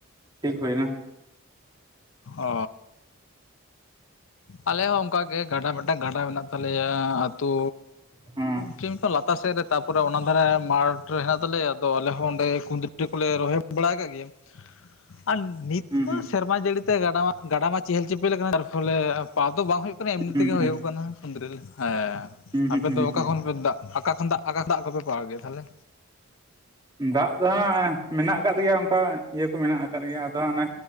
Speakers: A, on the right (about 20°); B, on the left (about 70°).
A: ᱴᱷᱤᱠ ᱦᱩᱭᱮᱱᱟ।
B: ᱚᱻ ᱟᱞᱮ ᱦᱚᱸ ᱚᱱᱠᱟ ᱜᱮ ᱜᱟᱰᱟ ᱢᱤᱫᱴᱟᱝ ᱜᱟᱰᱟ ᱢᱮᱱᱟᱜ ᱛᱟᱞᱮᱭᱟ ᱟᱹᱛᱩᱻ
A: ᱦᱮᱸ
B: ᱠᱤᱢᱛᱚ ᱞᱟᱛᱟᱨ ᱥᱮᱫ ᱨᱮ ᱛᱟᱨᱯᱚᱨᱮ ᱚᱱᱟ ᱨᱮ ᱢᱟᱴᱷ ᱨᱮ ᱦᱮᱱᱟᱜ ᱛᱟᱞᱮᱭᱟ ᱟᱫᱚ ᱟᱞᱮ ᱦᱚᱸ ᱚᱸᱰᱮ ᱠᱩᱸᱫᱽᱨᱤ ᱠᱚᱞᱮ ᱨᱚᱦᱚᱭ ᱵᱟᱲᱟ ᱟᱠᱟᱜ ᱜᱮᱭᱟ ᱟᱨ ᱱᱤᱛ
A: ᱦᱩᱸ
B: ᱫᱚ
A: ᱦᱩᱸ
B: ᱥᱮᱨᱢᱟ ᱡᱟᱹᱲᱤ ᱛᱮ ᱜᱟᱰᱟ ᱢᱟ ᱜᱟᱰᱟ ᱢᱟ ᱪᱮᱦᱮᱞ ᱪᱮᱯᱮᱞ ᱟᱠᱟᱱᱟ ᱛᱟᱨ ᱯᱷᱚᱞᱮ ᱯᱟᱣ ᱫᱚ ᱵᱟᱝ ᱦᱩᱭᱩᱜ ᱠᱟᱱᱟ ᱮᱢᱱᱤ
A: ᱦᱩᱸ
B: ᱛᱮᱜᱮ
A: ᱦᱩᱸ
B: ᱦᱩᱭᱩᱜ ᱠᱟᱱᱟ ᱠᱷᱩᱸᱫᱽᱨᱤ ᱞᱮ ᱦᱮᱸ
A: ᱦᱩᱸ ᱦᱩᱸ
B: ᱟᱯᱮ ᱫᱚ ᱚᱠᱟ
A: ᱦᱩᱸ
B: ᱠᱷᱚᱱ ᱯᱮ ᱫᱟᱜ ᱚᱠᱟ ᱠᱷᱚᱱ ᱫᱟᱜ ᱚᱠᱟ ᱠᱷᱚᱱᱟᱜ ᱠᱚᱯᱮ ᱯᱟᱣᱟᱣ ᱜᱮᱭᱟ ᱛᱟᱞᱦᱮ?
A: ᱫᱟᱜ ᱫᱚ ᱦᱟᱸᱜ ᱢᱮᱱᱟᱜ ᱟᱠᱟᱫ ᱜᱮᱭᱟ ᱚᱱᱠᱟ ᱤᱭᱟᱹ ᱠᱚ ᱢᱮᱱᱟᱜ ᱟᱠᱟᱫ ᱜᱮᱭᱟ ᱟᱫᱚ ᱦᱟᱱᱮ